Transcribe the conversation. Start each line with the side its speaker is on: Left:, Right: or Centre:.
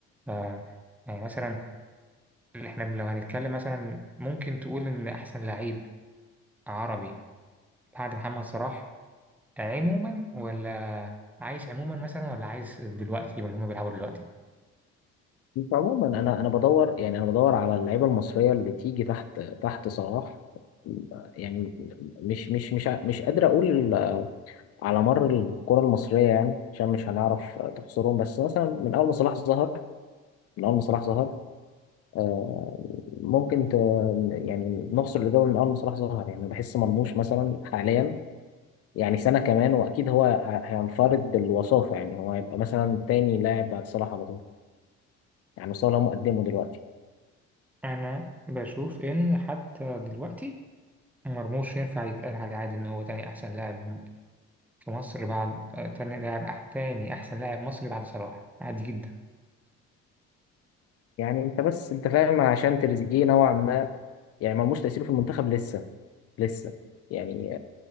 Centre: ف يعني مثلا اللي احنا لو هنتكلم مثلا ممكن تقول إن أحسن لعيب عربي بعد محمد صلاح عموما ولا عايز عموما مثلا ولا عايز دلوقتي ولا هما بيلعبوا دلوقتي
Left: عموما أنا أنا بدور يعني أنا بدور على اللعيبة المصرية اللي تيجي تحت تحت صلاح يعني مش مش مش ع- مش قادر أقول على مر الكرة المصرية يعني عشان مش هنعرف تحصرهم بس مثلا من أول ما صلاح ظهر من أول ما صلاح ظهر آه، ممكن ت... يعني نحصر الإجابة من أول ما صلاح ظهر يعني بحس مرموش مثلا حاليا يعني سنة كمان وأكيد هو ه- هينفرد بالوصافة يعني هو هيبقى مثلا تاني لاعب بعد صلاح على طول يعني صلاح مقدمه دلوقتي
Centre: أنا بشوف إن حتى دلوقتي مرموش ينفع يتقال عليه عادي إن هو تاني أحسن لاعب في مصر بعد آه، تاني لاعب أح... تاني أحسن لاعب مصري بعد صلاح عادي جدا
Left: يعني أنت بس أنت فاهم عشان تريزيجيه نوعا ما يعني مرموش تأثيره في المنتخب لسه لسه يعني